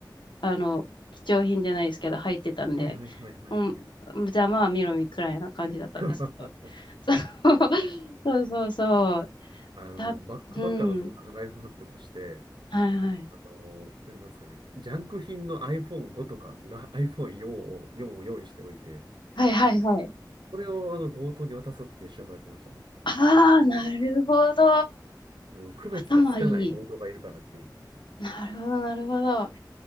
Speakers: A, on the left; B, on the right.
A: あの、貴重品じゃないですけど入ってたんで、
B: はいはいはいはいはい。
A: うん、じゃあまあ見ろみくらいな感じだったんですけど。
B: <laughs>
A: <laughs> そうそうそうそう。
B: あの、
A: だ、
B: バックパッカーの友達のライフハックとして、
A: うん。はいはい。
B: あの、えなんですかね、ジャンク品の iPhone5 とか、僕は iPhone4 を、4を用意しておいて、
A: はいはいはい。
B: それをあの強盗に渡すっていう手法やってましたね。
A: ああ、なるほど。
B: あの、区別がつかない強盗がいるからっていう。
A: 頭いい。なるほど、なるほど。